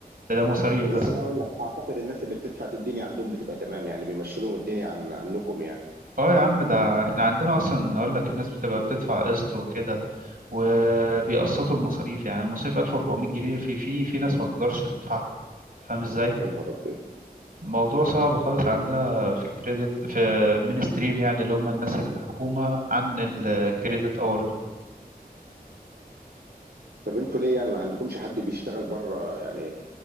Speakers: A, on the right; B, on the right.
A: ده, ده مصاريف
B: بس
A: بس
B: انا اقول لك اعتقد الناس اللي بتدفع دي الدنيا عندهم بتبقى تمام يعني بيمشي لهم الدنيا عن عنكم يعني
A: اه يا عم ده احنا عندنا اصلا اقول لك الناس بتبقى بتدفع قسط وكده وبيقسطوا المصاريف يعني المصاريف 1400 جنيه في في في ناس ما بتقدرش تدفعها أنت فاهم ازاي
B: يا نهار ابيض
A: موضوع صعب خالص عندنا في الكريدت في من ستريم يعني اللي هم الناس الحكومة عن الكريدت اور دول
B: طب انتوا ليه يعني ما عندكمش حد بيشتغل بره يعني